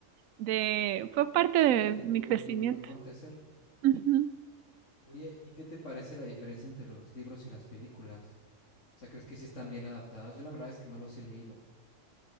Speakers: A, on the right; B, on the left.
A: de, fue parte
B: sí,
A: de
B: de, de
A: mi
B: tu,
A: crecimiento.
B: de tu acontecer.
A: Ujú.
B: Oye, ¿y qué te parece la diferencia entre los libros y las películas? O sea, ¿crees que sí están bien adaptadas? Yo la verdad es que no los he leído.